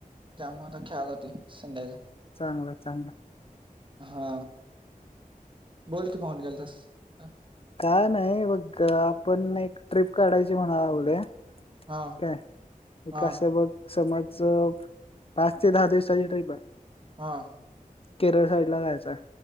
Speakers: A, on the right; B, on the left.
A: त्यामुळं आता खेळाय जातोय संध्याच
B: चांगलाय चांगलाय
A: हा बोल कि भावा फोन केलतास आ
B: का नाही बघ आपण एक ट्रिप काढायची म्हणाय लागलोय
A: हा
B: काय? हे
A: हा
B: कसं बघ समज पाच ते दहा दिवसाची ट्रिप आहे
A: हा
B: केरळ साइड ला जायचंय